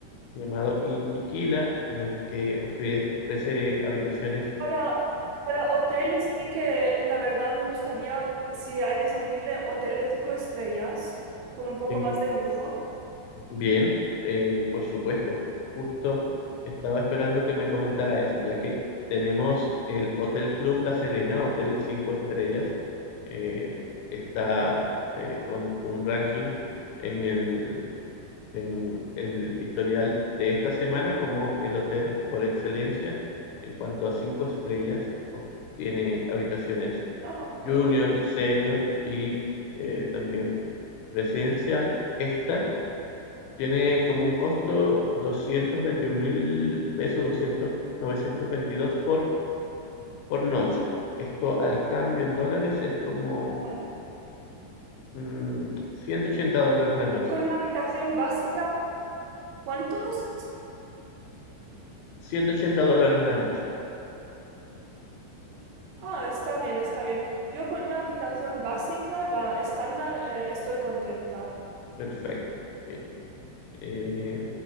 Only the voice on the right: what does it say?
Para, para hoteles sí que la verdad me gustaría, si hay disponible, hotel de cinco estrellas con un poco
más
de lujo.
Ah, perfecto.
vale.
Con una habitación básica, ¿cuántos?
Ah, está bien, está bien. Yo con una habitación básica, la estándar, eh, estoy contenta.